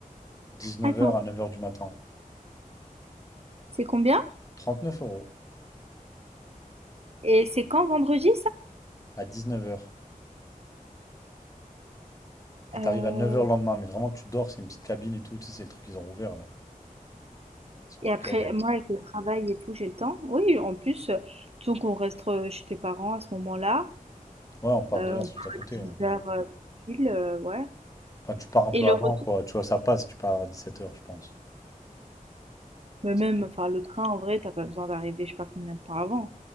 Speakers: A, on the left; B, on the right.
A: dix-neuf
B: Ah
A: heures à neuf heures du matin.
B: C'est combien?
A: trente-neuf euros
B: Et c'est quand vendredi
A: à dix-neuf heures, Et
B: ça?
A: t'arrives
B: Heu
A: à neuf heures le lendemain. Mais vraiment, tu dors. C'est une petite cabine et tout. Tu sais, c'est le truc qu'ils ont rouvert là. C'est
B: Et
A: un peu
B: après,
A: cagé.
B: moi, avec le travail et tout, j'ai le temps. Oui, en plus, euh, disons qu'on reste euh, chez tes parents à ce moment-là.
A: Ouais, on part
B: Euh,
A: de là,
B: on peut
A: c'est juste à
B: faire
A: côté.
B: 18
A: ouais.
B: heures euh, pile, euh, ouais.
A: Enfin, tu pars un peu
B: Et le
A: avant,
B: retour,
A: quoi. Tu vois, ça passe. Tu pars à dix-sept heures, je pense.
B: mais
A: Ça
B: même,
A: peut-
B: enfin, le train, en vrai, t'as pas besoin d'arriver, je sais pas combien de temps avant.